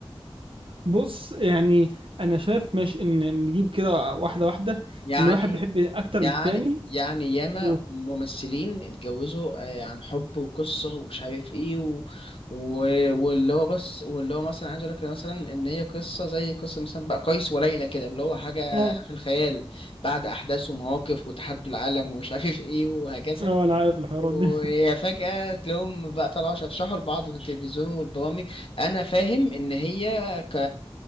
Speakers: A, on the right; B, on the left.
A: بص يعني انا شايف ماشي ان نجيب كده واحدة واحدة
B: يعني
A: ان واحد بيحب اكتر
B: يعني
A: من التاني
B: يعني ياما
A: و...
B: ممثلين اتجوزوا آه، عن حب وقصة ومش عارف ايه و... و... واللي هو بص واللي هو مثلا عايز اقول لك مثلا ان هي قصة زي قصة مثلا بقى قيس وليلى كده اللي هو حاجة
A: اه
B: في الخيال بعد احداث ومواقف وتحدي العالم ومش عارف <laughs> ايه وهكذا
A: اه انا عارف الحوارات
B: ويا
A: دي
B: فجأة تلاقيهم بقى طلعوا شرشحوا لبعض في التلفزيون والبرامج أنا فاهم إن هي ك...